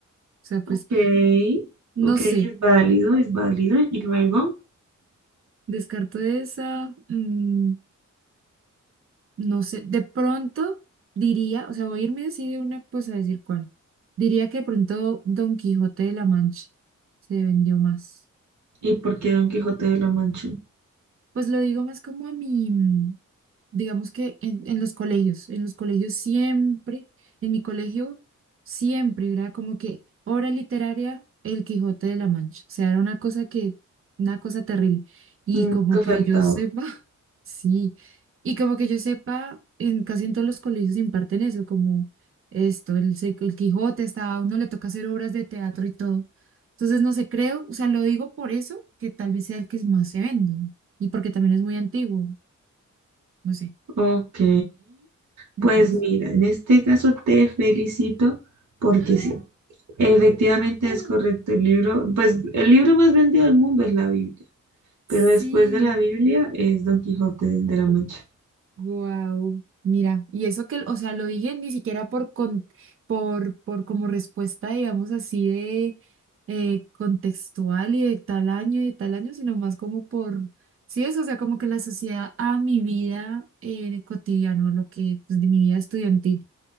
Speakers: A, on the right; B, on the right.
A: sea, pues
B: Ok, ok,
A: No
B: es
A: sé,
B: válido, es válido. Y luego,
A: descarto esa, mm, no sé, de pronto diría, o sea, voy a irme así de una, pues a decir cuál. Diría que de pronto Don Quijote de la Mancha se vendió más.
B: ¿y por qué Don Quijote de la Mancha?
A: Pues lo digo más como a mi, mm, digamos que en, en los colegios, en los colegios siempre, en mi colegio siempre era como que obra literaria El Quijote de la Mancha, o sea, era una cosa que, una cosa terrible. Y
B: Nunca
A: como que
B: faltaba.
A: yo sepa, <laughs> sí, y como que yo sepa, en casi en todos los colegios imparten eso, como esto, el, se- el Quijote, hasta a uno le toca hacer obras de teatro y todo. Entonces, no sé, creo, o sea, lo digo por eso, que tal vez sea el que más se vende. Y porque también es muy antiguo. No sé,
B: Ok,
A: me
B: pues
A: parece.
B: mira, en este caso te felicito porque
A: ¡Ah!
B: sí, efectivamente
A: ¡Ah!
B: es correcto el libro, pues el libro más vendido del mundo es la Biblia, pero
A: Sí,
B: después de la Biblia es Don Quijote de, de la Mancha.
A: wow. Mira, y eso que, o sea, lo dije ni siquiera por con, por, por como respuesta, digamos así, de eh, contextual y de tal año y de tal año, sino más como por, sí, eso, o sea, como que la sociedad a mi vida eh, cotidiana, lo que, pues, de mi vida estudiantil.